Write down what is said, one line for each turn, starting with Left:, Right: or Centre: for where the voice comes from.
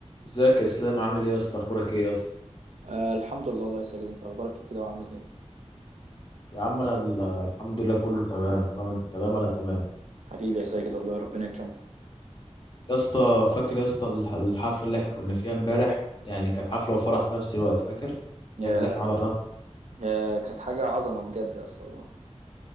Left: ازيك يا اسلام عامل ايه يا اسطى اخبارك ايه يا اسطى
Right: آه الحمد لله والله يا ساجد انت اخبارك إيه كده وعامل ايه
Left: يا عم انا ال- الحمد لله كله تمام طالما انت تمام انا تمام
Right: حبيبي يا ساجد الله ربنا يكرمك
Left: يا اسطى فاكر يا اسطى الح- الحفله اللي احنا كنا فيها امبارح يعني كانت حفله وفرح في نفس الوقت فاكر
Right: يا
Left: يعني اللي احنا حضرناها
Right: يا كانت حاجه عظمه بجد يا اسطى والله